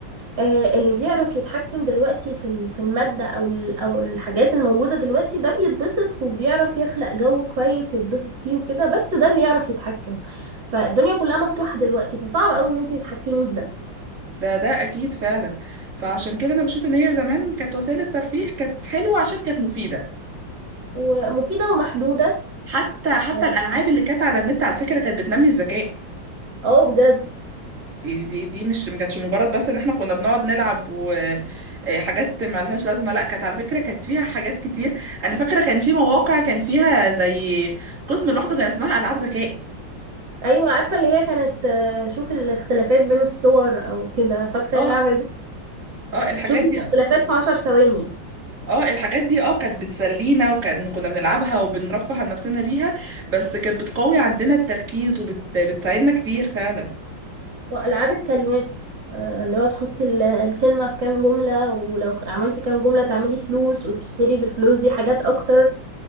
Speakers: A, on the right (about 70°); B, on the right (about 40°).
A: آه، اللي بيعرف يتحكم دلوقتي في ال- في المادة أو ال- أو الحاجات الموجودة دلوقتي ده بيتبسط وبيعرف يخلق جو كويس يتبسط فيه وكده بس ده اللي يعرف يتحكم فالدنيا كلها مفتوحة دلوقتي فصعب قوي إن أنت تتحكمي في ده
B: ده ده اكيد فعلا فعشان كده انا بشوف ان هي زمان كانت وسائل الترفيه كانت حلوه عشان كانت مفيده
A: ومفيدة ومحدودة
B: حتى حتى
A: اه
B: الالعاب اللي كانت على النت على فكره كانت بتنمي الذكاء
A: آه، بجد
B: يعني دي دي مش ما كانتش مجرد بس ان احنا كنا بنقعد نلعب وحاجات ما لهاش لازمه لا كانت على فكره كانت فيها حاجات كتير انا فاكره كان في مواقع كان فيها زي قسم لوحده كان اسمها العاب ذكاء
A: أيوة عارفة اللي هي كانت آه، شوفي الاختلافات بين الصور أو كده فاكرة
B: اه
A: اللعبة دي
B: اه الحاجات
A: شوفي الاختلافات
B: دي
A: في عشر ثواني
B: اه الحاجات دي اه كانت بتسلينا وكان كنا بنلعبها وبنرفه عن نفسنا بيها بس كانت بتقوي عندنا التركيز وبتساعدنا كتير فعلا
A: وألعاب الكلمات آه، اللي هو تحطي ال- الكلمة في كام جملة ولو خ- عملتي كام جملة تعملي فلوس وتشتري بالفلوس دي حاجات أكتر